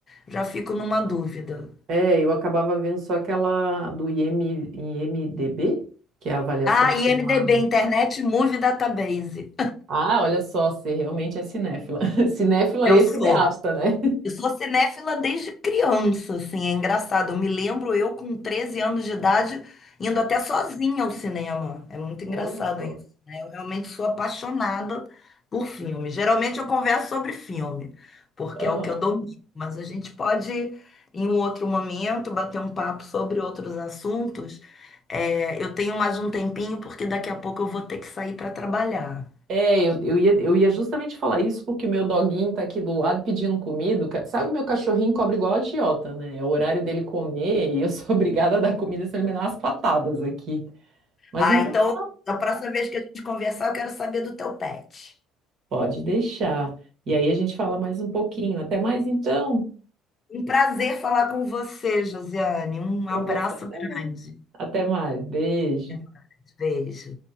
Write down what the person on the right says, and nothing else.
É, eu acabava vendo só aquela do IM, IMDB, que é a avaliação
que
tem lá, né?
Ah, olha só, você realmente é cinéfila. <laughs> Cinéfila
e
cineasta, né?
Olha só.
Aham.
É, eu, eu ia, eu ia justamente falar isso porque o meu doguinho tá aqui do lado pedindo comida. ca- Sabe, o meu cachorrinho cobra igual a agiota, né? É o horário dele comer e eu sou <laughs> obrigada a dar comida, senão ele me dá umas patadas aqui. Mas
então.
tá
Pode deixar. E aí a gente fala mais um pouquinho. Até mais então.
Com
você também.
Até mais. Beijo.